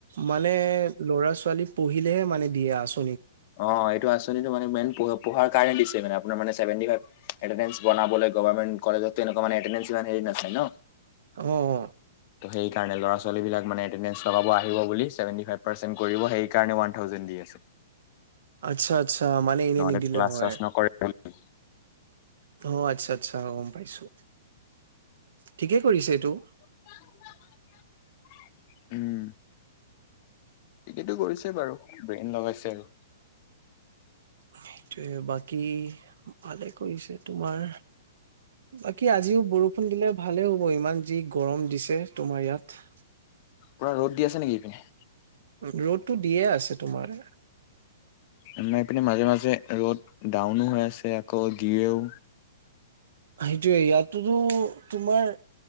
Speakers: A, on the right; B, on the left.
A: মানে ল'ৰা ছোৱালী পঢ়িলেহে মানে দিয়ে আছো
B: অ এইটো আঁচনিতটো মানে যিমান পহে পঢাৰ কাৰণে দি মানে আপোনাৰ মানে চেভেন ফাইভ গভাৰ্মেন্ত কলেজত ন
A: অ অ
B: টো সেইকাৰণে লৰা ছোৱালী বিলাক মানে চলাব আহিব বুলি চেভেনটি ফাইভ কৰিব সেই কাৰণে ওবান থাউজেণ্ড দি আছে
A: আচ্ছা আচ্ছা মানে এনে
B: নহ'লে
A: নিদিলে
B: ক্লাছ
A: হয়
B: চাছ <inaudible>
A: অ আচ্ছা আচ্ছা গম পাইছো ঠিকে কৰিছে এইটো
B: উ উম এইটো কৰিছে বাৰু ব্ৰেইন লগাইছে আৰু
A: সেইটোৱয়ে বাকী ভালে কৰিছে তোমাৰ বাকী আজিও বৰষুণ দিলে ভালে হব ইমান যি গৰম দিছে তোমাৰ ইয়াত
B: পুৰা ৰ'দ দি আছে নেকি এইপিনে
A: ৰ'দটো দিয়ে আছে তোমাৰ
B: আমাৰ পিনে মাজে মাজে ৰ'দ ডাউনো হৈ আছে আকৌ দিয়য়ো
A: সেইটোয়ে ইয়াতোতো তোমাৰ